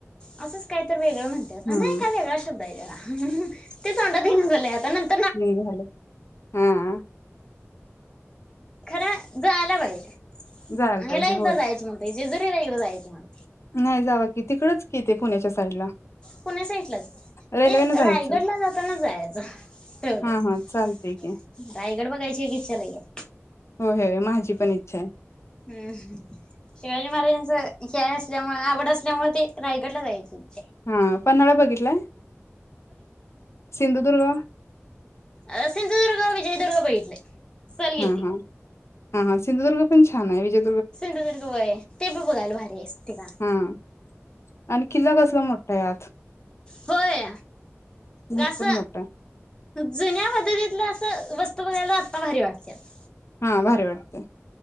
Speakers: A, on the left; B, on the left.
A: असंच काय तर वेगळं म्हणते
B: हम्म
A: नाही का वेगळा शब्द आहे त्याला ते तोंडांत येईना झाले आता नंत
B: हम् झाल हम्
A: खरा जो आला पाहिजे
B: जायला पाहिजे
A: ह्याला एकदा
B: होय
A: जायच म्हणतोय जेजुरी का एकदा जायचय मला.
B: नाही जावा की तिकडच की ते पुण्याच्या साईडला.
A: पुण्या साईडलाच
B: रेल्वे
A: ते
B: न जायचं
A: रायगडला जातानच जायचं ठवलंय
B: हा हा चालतय की
A: राय गड बघायची एक इच्छा लई आहे
B: हो हय माझी पण इच्छा आहे
A: हुं शिवाजी महाराजांचं हे आसल्यामुळ आवड असल्यामुळ ते रायगडला जायचय आहे. च्य
B: हा पन्हाळा बघितलाय? सिंधुदुर्ग
A: अ सिंधुदुर्ग विजयदुर्ग बघितलय. सहल
B: हा
A: गेलती
B: हा हा, हां सिंधुदुर्ग पण छान विजय
A: सिंधुदुर्ग व्हय ते बी बघायल भारी हाय आस ठिकाण
B: हा आणि किल्ला कसला मोठा हाय आत
A: होय
B: भरपूर
A: गास
B: मोठा
A: जुन्या पद्धतीतलं असं वस्त तू बघायला आता भारी वाटत्यात
B: आहे हा भारी वाटतय